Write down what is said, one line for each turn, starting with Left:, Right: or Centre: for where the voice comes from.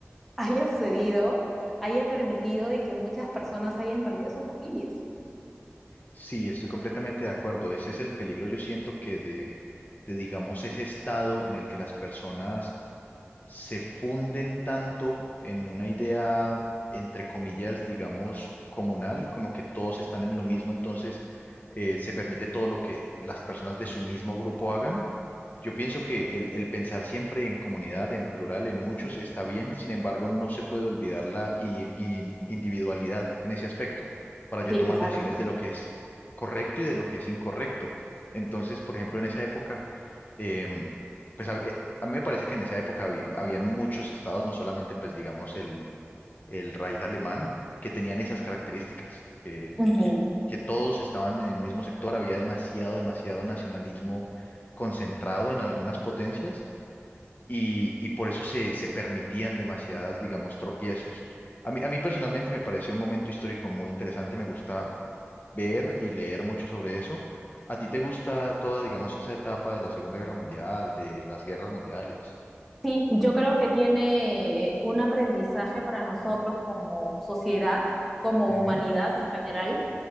Centre: haya sucedido, haya permitido y que muchas personas hayan perdido sus familias.
Left: Sí, estoy completamente de acuerdo. Ese es el peligro, yo siento que de, de, digamos, ese estado en el que las personas se funden tanto en una idea, entre comillas, digamos, comunal, como que todos están en lo mismo, entonces eh, se permite todo lo que las personas de su mismo grupo hagan yo pienso que el, el pensar siempre en comunidad, en plural, en muchos, está bien, sin embargo, no se puede olvidar la i- i- individualidad en ese aspecto para yo
Centre: Sí,
Left: tomar
Centre: claro.
Left: decisiones de lo que es correcto y de lo que es incorrecto. Entonces, por ejemplo, en esa época, em, pues a, eh, a mí me parece que en esa época habi- habían muchos estados, no solamente, pues digamos, el Raid alemán, que tenían esas características, que,
Centre: Ujú.
Left: que- que todos estaban en el mismo sector, había demasiado, demasiado nacionalismo concentrado en algunas potencias y, y por eso se, se permitían demasiadas, digamos, tropiezos. A mí, a mí personalmente me pareció un momento histórico muy interesante, me gusta ver y leer mucho sobre eso. ¿A ti te gusta toda, digamos, esa etapa de la Segunda Guerra Mundial, de las guerras mundiales?
Centre: Sí, yo creo que tiene eh, un aprendizaje para nosotros como sociedad, como
Left: Ujú,
Centre: humanidad en general,